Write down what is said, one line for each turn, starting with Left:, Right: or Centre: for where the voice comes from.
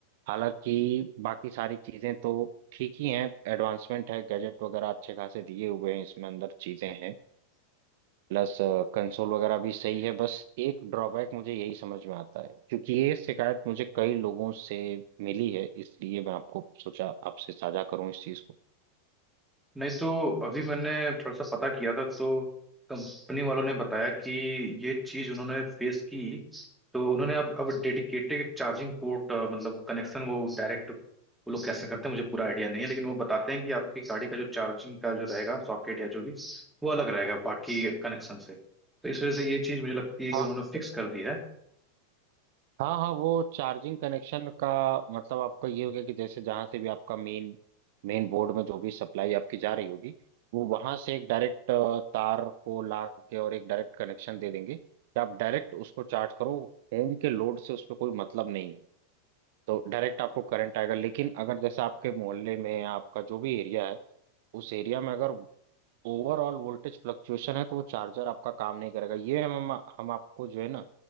Right: हालांकि बाकी सारी चीजें तो ठीक ही हैं एडवांसमेंट है गैजेट वगैरह अच्छे खासे दिए हुए हैं इसमें अंदर चीजें हैं प्लस कंसोल वगैरह भी सही है बस एक ड्रॉबैक मुझे यही समझ में आता है क्योंकि ये शिकायत मुझे कई लोगों से मिली है इसलिए मैं आपको सोचा आपसे साझा करूं इस चीज को
Centre: नहीं तो अभी मैंने थोड़ा सा पता किया था तो कंपनी वालों ने बताया कि ये चीज उन्होंने फेस की तो उन्होंने अब अब डेडिकेटेड चार्जिंग पोर्ट मतलब कनेक्शन वो डायरेक्ट वो लोग कैसे करते हैं मुझे पूरा आइडिया नहीं है लेकिन वो बताते हैं कि आपकी गाड़ी का जो चार्जिंग का जो रहेगा सॉकेट या जो भी वो अलग रहेगा बाकी कनेक्शन से तो इस वजह से ये चीज मुझे लगती है कि
Right: हाँ
Centre: उन्होंने फिक्स कर दी है
Right: हाँ हाँ वो चार्जिंग कनेक्शन का मतलब आपका ये हो गया कि जैसे जहां से भी आपका मेन मेन बोर्ड में जो भी सप्लाई आपकी जा रही होगी वो वहां से एक डायरेक्ट तार को ला के और एक डायरेक्ट कनेक्शन दे देंगे कि आप डायरेक्ट उसको चार्ज करो होम के लोड से उस पर कोई मतलब नहीं तो डायरेक्ट आपको करंट आएगा लेकिन अगर जैसे आपके मोहल्ले में या आपका जो भी एरिया है उस एरिया में अगर ओवरऑल वोल्टेज फ्लक्चुएशन है तो वो चार्जर आपका काम नहीं करेगा ये हम हम आपको जो है ना